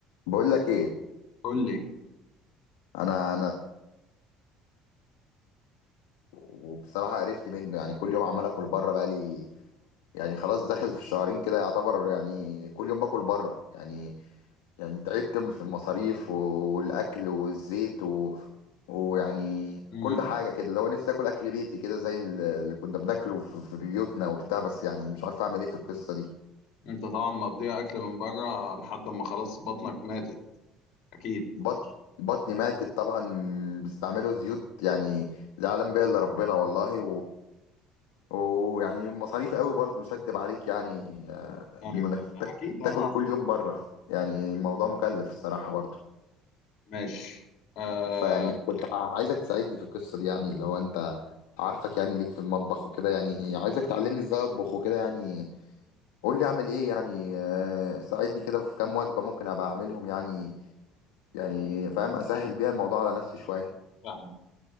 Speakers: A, on the left; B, on the left.
A: بقول لك ايه
B: قول لي
A: انا انا وبصراحه قرفت منه يعني كل يوم عمال اكل بره بقى لي يعني خلاص داخل في الشهرين كده يعتبر يعني كل يوم باكل بره يعني يعني تعبت من- في المصاريف والاكل والزيت و... ويعني
B: امم
A: كل حاجه كده لو نفسي اكل اكل بيتي كده زي اللي كنا بناكله في في بيوتنا وبتاع بس يعني مش عارف اعمل ايه في القصه دي
B: انت طبعا مقضيها اكل من بره لحد ما خلاص بطنك ماتت اكيد
A: بطن بطني ماتت طبعا بيستعملوا زيوت يعني لا يعلم بها الا ربنا والله ويعني مصاريف قوي برضو مش هكدب عليك يعني آه،
B: ايوه
A: انك
B: أيوة.
A: تا-
B: اكيد اه
A: تاكل
B: آه،
A: كل يوم بره يعني
B: أكيد.
A: الموضوع مكلف الصراحة برضو
B: ماشي آه
A: فيعني كنت ع- عايزك تساعدني في القصة دي يعني اللي هو انت عارفك يعني ليك في المطبخ وكده يعني عايزك تعلمني ازاي اطبخ وكده يعني قول لي اعمل ايه يعني آه، ساعدني كده في كام وجبة ممكن ابقى اعملهم يعني يعني فاهم اسهل بيها الموضوع على نفسي شوية
B: أيوة، أيوة، فاهم